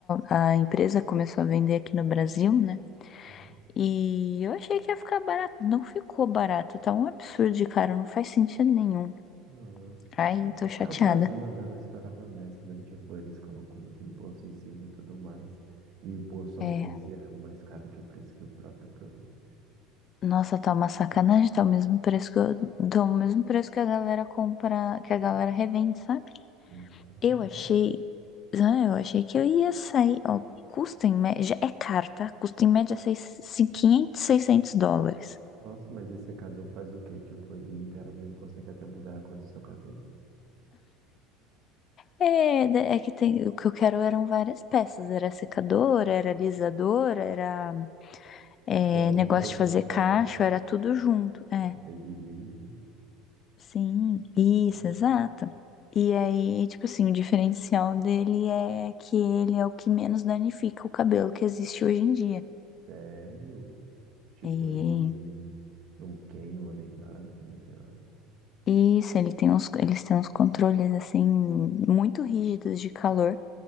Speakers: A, on the left (about 40°); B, on the right (about 55°).
A: a, a empresa começou a vender aqui no Brasil, né?
B: Uhum.
A: E eu achei que ia ficar barato. Não ficou barato, tá um absurdo de caro, não faz sentido nenhum.
B: Nossa,
A: Ai, tô chateada.
B: é, é o Brasil, né? Não esperava nessa, né? Tipo, eles colocam muito imposto em cima e tudo mais. E o imposto às
A: É,
B: vezes é mais caro que o preço que o próprio produto.
A: nossa, tá uma sacanagem, tá o mesmo preço que eu, tá o mesmo preço que a galera compra, que a galera revende, sabe?
B: Então,
A: Eu achei,
B: né?
A: ah, eu achei que eu ia sair, ó, custa em média, é caro, tá? Custa em média seis, 500, 600 dólares.
B: Nossa, mas esse secador faz o quê? Tipo, ele literalmente consegue até mudar a cor do seu cabelo.
A: É, da- é que tem, o que eu quero eram várias peças, era secadora, era alisadora, era é,
B: Gera um
A: negócio
B: Transformers.
A: de fazer cacho, era tudo junto, é,
B: Uma Babyliss, né?
A: sim, isso,
B: Hum.
A: exato. E aí, tipo assim, o diferencial dele é que ele é o que menos danifica o cabelo que existe hoje em dia.
B: Sério? Tipo,
A: E
B: ele não queima nem nada, assim, sei lá.
A: isso, ele tem uns, eles têm uns controles assim muito rígidos de calor